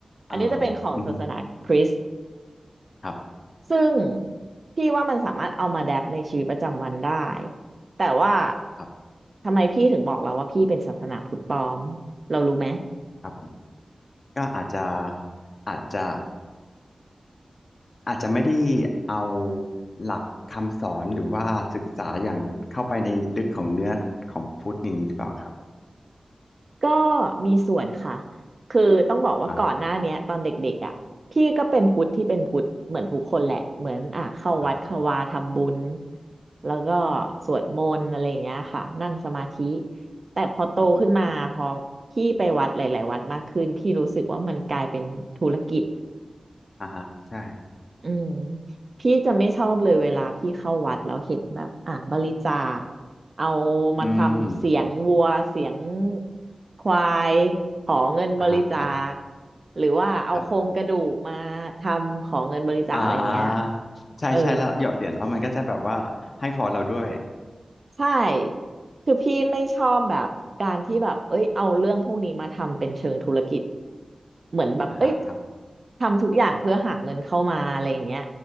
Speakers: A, on the right (about 55°); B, on the left (about 55°).
A: อันนี้จะเป็นของศาสนาคริสต์
B: อ่าอืมครับ
A: ซึ่งพี่ว่ามันสามารถเอามาแดปในชีวิตประจำวันได้แต่ว่า
B: ครับ
A: ทำไมพี่ถึงบอกเราว่าพี่เป็นศาสนาพุทธปลอมเรารู้ไหม
B: ครับผมก็อาจจะอาจจะอาจจะไม่ได้เอาหลักคำสอนหรือว่าศึกษาอย่างเข้าไปในลึกของเนื้อของพุทธอย่างนี้หรือเปล่าครับ
A: ก็มีส่วนค่ะ คือต้องบอกว่าก่อนหน้าเนี้ยตอนเด็กๆอ่ะพี่ก็เป็นพุทธที่เป็นพุทธเหมือนทุกคนแหละเหมือนอ่ะเข้าวัดเข้าวาทำบุญ
B: อ่าครับ
A: แล้วก็สวดมนต์อะไรอย่างเงี้ยค่ะนั่งสมาธิแต่พอโตขึ้นมาพอพี่ไปวัดหลายๆวัดมากขึ้นพี่รู้สึกว่ามันกลายเป็นธุรกิจ
B: ครับผมอ่าฮะใช่
A: อืมพี่จะไม่ชอบเลยเวลาพี่เข้าวัดแล้วเห็นแบบอ่ะบริจาคเอามาทำเสียงวัวเสียง
B: อืม
A: ควายขอเงินบริจาค
B: อ่าฮะครับ
A: หรือว่าเอาโครงกระดูกมาทำขอเงินบริจาคอะไรอย่างเงี้ย
B: ครับอ่าใช่ใช่แล้วหยอดเหรียญแล้วมันก็จะแบบว่าให้พอเราด้วย
A: เออใช่คือพี่ไม่ชอบแบบการที่แบบเอ้ยเอาเรื่องพวกนี้มาทำเป็นเชิงธุรกิจเหมือนแบบเอ้ย
B: อ่าฮะครับ
A: ทำทุกอย่างเพื่อหาเงินเข้ามาอะไรอย่างเงี้ย